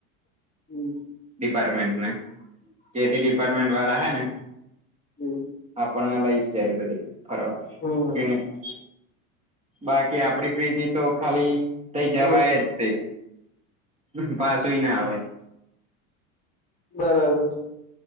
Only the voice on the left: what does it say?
હમ
બરાબર
હમ
હમ
હમ
બરાબર,